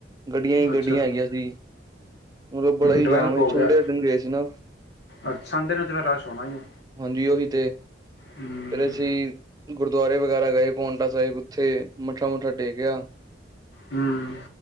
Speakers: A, on the right; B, on the left.
A: ਗੱਡੀਆਂ ਹੀ
B: ਅੱਛਾ
A: ਗੱਡੀਆਂ ਹੈਗੀਆਂ ਸੀ। ਮਤਲਬ ਬੜਾ ਹੀ
B: ਡਿਵੈਲਪ
A: ਜਾਮ
B: ਹੋ ਗਿਆ
A: ਠੰਡੇ ਦਿਨ ਗਏ ਸੀ ਨਾ।
B: ਅੱਛਾ ਸੰਡੇ ਨੂੰ ਤਾਂ ਫਿਰ ਰਸ਼ ਹੋਣਾ ਹੀ ਹੈ
A: ਹਾਂਜੀ ਉਹੀ ਤੇ
B: ਹੂੰ
A: ਫਿਰ ਅਸੀਂ ਗੁਰਦੁਆਰੇ ਵਗੈਰਾ ਗਏ ਪੋਟਾ ਸਾਹਿਬ। ਉੱਥੇ ਮੱਥਾ ਮੁਥਾ ਟੇਕਿਆ,
B: ਹੂੰ।